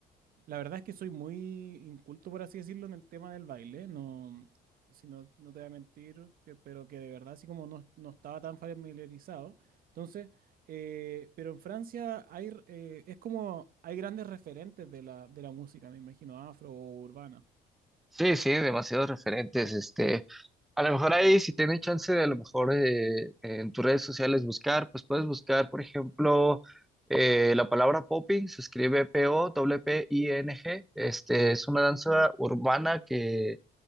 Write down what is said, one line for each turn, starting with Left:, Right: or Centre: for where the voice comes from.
Right: la verdad es que soy muy inculto, por así decirlo, en el tema del baile. No, si no, no te voy a mentir, que- pero que de verdad así como no, no estaba tan familiarizado. Entonces, eh, pero en Francia hay, r- eh, es como, hay grandes referentes de la, de la música, me imagino, afro o urbana.
Centre: Sí, sí, demasiados referentes. Este, a lo mejor ahí, si tienes chance de a lo mejor eh, en tus redes sociales buscar, pues puedes buscar, por ejemplo, eh, la palabra popping, se escribe P-O-P-I-N-G, este, es una danza urbana que